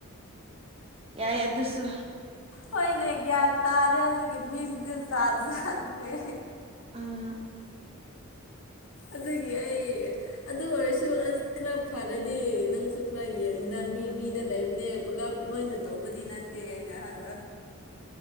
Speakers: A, on the right (about 25°); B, on the left (about 70°).
A: ꯌꯥꯏ ꯑꯗꯨꯁꯨ
B: ꯍꯣꯏꯅꯦ ꯒ꯭ꯌꯥꯟ ꯇꯥꯗꯦ ꯍꯧꯖꯤꯛꯀꯤ ꯃꯤꯁꯤꯡꯁꯤꯁꯨ ꯖꯥꯠ ꯖꯥꯠꯅꯤꯅꯦ
A: ꯑꯥ
B: ꯑꯗꯨꯒꯤ ꯑꯩ ꯑꯗꯨ ꯑꯣꯏꯔꯁꯨ ꯑꯁ ꯈꯔ ꯐꯔꯗꯤ ꯅꯪꯁꯨ ꯈꯔ ꯌꯦꯡꯉꯨꯗ ꯃꯤ ꯃꯤꯗ ꯂꯩꯩꯕꯅꯦ ꯄꯨꯂꯞ ꯂꯣꯏꯅ ꯇꯧꯕꯗꯤ ꯅꯠꯇꯦ ꯑꯩꯅ ꯍꯥꯏꯕ